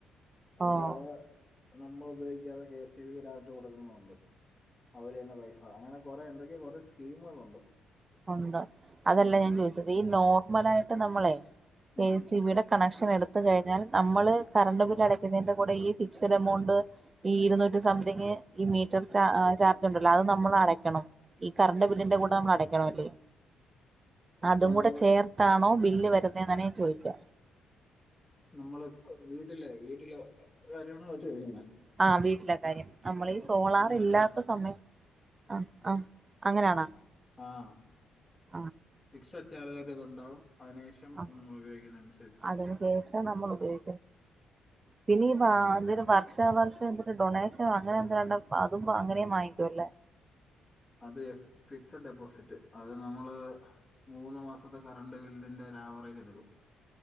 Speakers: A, on the left (about 15°); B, on the right (about 30°).
A: അല്ലാതെ
B: ഓഹ്
A: നമ്മള് ഉപയോഗിക്കാതെ കെ. എസ് ഇബി ക്ക് ഡയറക്റ്റ് കൊടുക്കുന്നുണ്ട്. അവര് തന്നെ പൈസ അങ്ങനെ കൊറെ എന്തൊക്കെയൊ കൊറേ സ്കീമുകളുണ്ട്.
B: ഉണ്ട്. അതല്ല
A: ഉം
B: ഞാൻ ചോദിച്ചത് ഈ നോർമലായിട്ട് നമ്മളെ കെ
A: ഉം
B: എസ് ഇ ബി യുടെ കണക്ഷൻ എടുത്ത് കഴിഞ്ഞാൽ നമ്മള് കറണ്ട് ബിൽ അടക്കുന്നതിന്റെ കൂടെ ഈ ഫിക്സ്ഡ് എമൗണ്ട് ഈ ഇരുന്നൂറ്റി സംതിങ്ങ്, ഈ മീറ്റർ ചാ ചാർജ് ഉണ്ടല്ലോ, അത് നമ്മൾ അടയ്ക്കണം. ഈ കറണ്ട് ബില്ലിന്റെ കൂടെ നമ്മളട ക്കണോല്ലെ,
A: ഇപ്പൊ
B: അതും
A: നമ്മള്
B: കൂടെ ചേർത്താണോ ബില്ല് വരുന്നേ എന്നാണ് ഞാൻ ചോദിച്ചേ.
A: നമ്മള് ഇപ്പൊ വീട്ടിലെ, വീട്ടിലെ കാര്യങ്ങളാണോ ചോദിക്കുന്നത്
B: ആഹ്. വീട്ടിലെ കാര്യം. നമ്മളീ
A: ഓ
B: സോളാർ
A: അങ്ങനെ
B: ഇല്ലാത്ത
A: തന്നെ വരണം
B: സമയം ആഹ്, ആഹ് അങ്ങനെയാണോ?
A: ആഹ്
B: ഉ <inaudible>
A: ഫിക്സഡ് ചാർജ് വരെ അതുണ്ടാവും. അതിനുശേഷം
B: ആഹ്
A: നമ്മള് ഉപയോഗിക്കുന്നതനുസരിച്ച്
B: അതിന് ശേഷ നമ്മള് ഉപയോ പിന്നെ ഈ വാ അന്നേരം വർഷ ഷാ വർഷം ഇവര് ഡൊണേഷൻ, അങ്ങനെ എന്താണ്ട് അതും അങ്ങനെയും വാങ്ങിക്കും അല്ലേ.
A: അത് ഫിക്സഡ് ഡെപ്പോസിറ്റ്, അത് നമ്മള് മൂന്ന് മാസത്തെ കറണ്ട് ബില്ലിന്റെ ഒരു ആവറേജ് എടുക്കും.